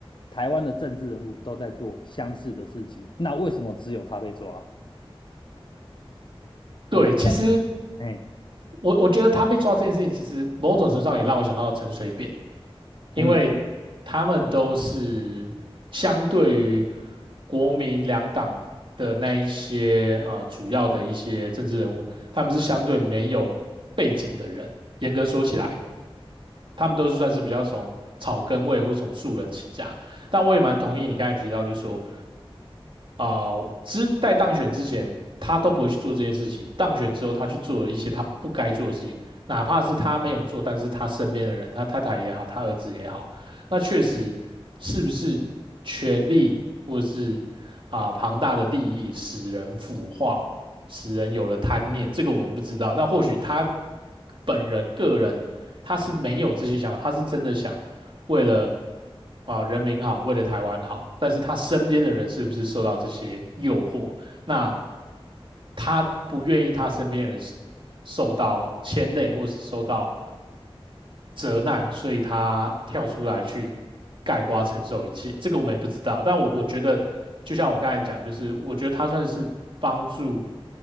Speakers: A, on the left; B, on the right.
A: 台湾的政治人物都在做相似的事情，那为什么只有他被抓？我的观点，
B: 对，其实
A: 哎，
B: 我我觉得他被抓这件事情，其实某种程度上也让我想到陈水扁。因为
A: 嗯。
B: 他们都是相对于国民两党的那一些啊、呃主要的一些政治人物，他们是相对没有背景的人，严格说起来。他们都是算是比较从草根位或是从素人起家。但我也蛮同意你刚才提到，就是说，啊、之在当选之前，他都不会去做这件事情；当选之后，他去做了一些他不该做的事情，哪怕是他没有做，但是他身边的人，他太太也好，他儿子也好，那确实是不是权力或是啊、庞大的利益使人腐化，使人有了贪念，这个我们不知道。那或许他本人个人他是没有这些想法，他是真的想为了啊、呃人民好，为了台湾好，但是他身边的人是不是受到这些诱惑？那他不愿意他身边人受到牵累，或是受到责难，所以他跳出来去盖瓜承受一切。这个我们也不知道，但我我觉得，就像我刚才讲，就是我觉得他算是帮助